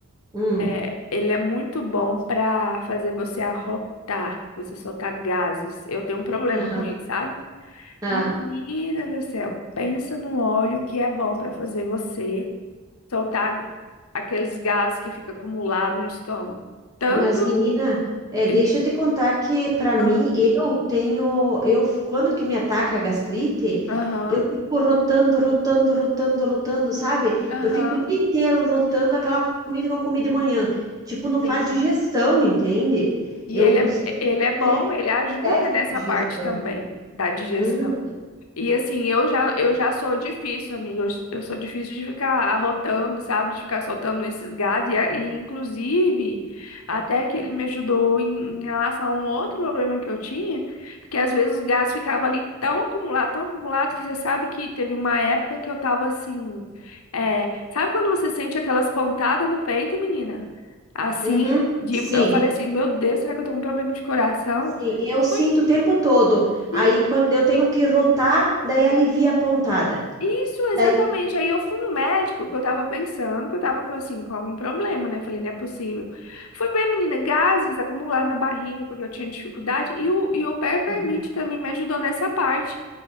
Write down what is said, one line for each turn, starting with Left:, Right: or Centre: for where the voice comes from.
Right: Hum.
Left: É, ele é muito bom para fazer você arrotar, você soltar gases. Eu tenho um problema
Right: Aham.
Left: com isso, sabe?
Right: Ah,
Left: Menina do céu, pensa no óleo que é bom para fazer você soltar aqueles gases que fica acumulado no estômago. Tanto
Right: Mas, menina, é, deixa
Left: e
Right: eu te contar que, para mim,
Left: ah,
Right: eu tenho. Eu, quando que me ataca a gastrite,
Left: aham,
Right: eu fico rotando, rotando, rotando, rotando, sabe?
Left: aham,
Right: Eu fico o dia inteiro rotando aquela comida que eu comi de manhã. Tipo, não faz
Left: sim.
Right: digestão, entende?
Left: E
Right: Eu
Left: ele
Right: preciso
Left: é, ele
Right: daquele
Left: é bom, ele ajuda
Right: teste
Left: nessa
Right: de digestão.
Left: parte também da digestão.
Right: Uhum,
Left: E assim, eu já, eu já sou difícil, amiga. Eu, s- eu sou difícil de ficar arrotando, sabe? De ficar soltando esses gases. E, a- e, inclusive, até que ele me ajudou em, em relação a um outro problema que eu tinha, porque às vezes os gases ficavam ali tão acumulado, tão acumulado, que você sabe que teve uma época que eu tava assim. é, sabe quando você sente aquelas pontadas no peito, menina? Assim,
Right: uhum.
Left: de,
Right: Sim,
Left: eu falei assim, meu Deus, será que eu tô com um problema de coração?
Right: sim, eu sinto
Left: Foi
Right: o tempo todo.
Left: sim
Right: Aí, quando eu tenho que rotar, daí alivia a pontada.
Left: Isso, exatamente.
Right: Daí.
Left: Aí eu fui no médico, que eu tava pensando que eu tava com, assim, com algum problema, né? Falei, não é possível. Fui ver, menina, gases acumulados na barriga, porque eu tinha dificuldade. E o, e o Peppermint
Right: Uhum.
Left: também me ajudou nessa parte.